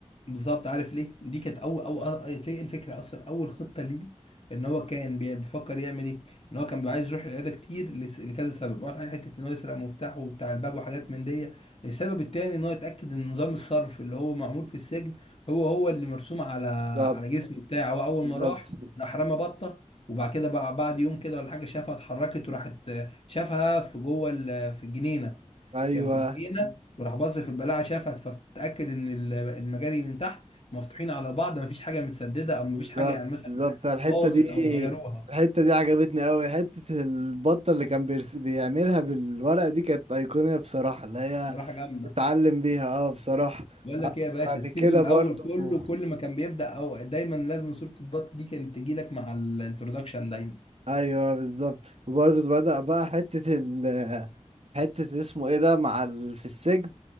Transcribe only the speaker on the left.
بالظبط عارف ليه دي كانت اول او في الفكره اصلا اول خطه ليه ان هو كان بي- بيفكر يعمل ايه ان هو كان بيبقى عايز يروح العياده كتير لس- لكذا سبب اول حاجه حته ان هو يسرق مفتاحه وبتاع الباب وحاجات من دي السبب التاني ان هو يتاكد ان نظام الصرف اللي هو معمول في السجن هو هو اللي مرسوم على
على جسمه بتاعه هو اول
ما راح راح رمى بطه وبعد كده بقى بعد يوم كده ولا حاجه شافها اتحركت وراحت شافها في جوه ال- في الجنينه
كان في الجنينه وراح بص في البلاعه شافها فاتاكد ان ال- المجاري من تحت مفتوحين على بعض مفيش حاجه متسدده او مفيش
حاجه يعني مثلا
باظت
او غيروها
صراحه جامده
بقول لك ايه يا باشا
السيزون
الاول
كله كل ما كان بيبدا او دايما لازم صوره البط دي كانت تجي لك مع الانترودكشن دايما